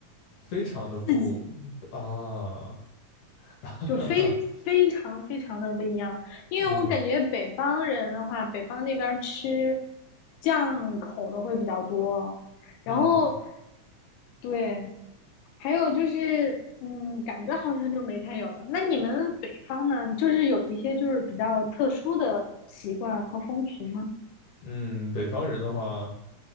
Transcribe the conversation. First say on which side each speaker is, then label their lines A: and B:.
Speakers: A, on the left; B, on the left.
A: 非常的不
B: 刺激
A: 啊，<laughs> 哈哈哈，
B: 就非非常非常的不一样。因为我感觉北方人的话，
A: 嗯
B: 北方那边儿吃酱口的会比较多，
A: 嗯
B: 然后对，还有就是嗯，感觉好像就没太有了。那你们北方呢，就是有一些就是比较特殊的习惯和风俗吗？
A: 嗯，北方人的话。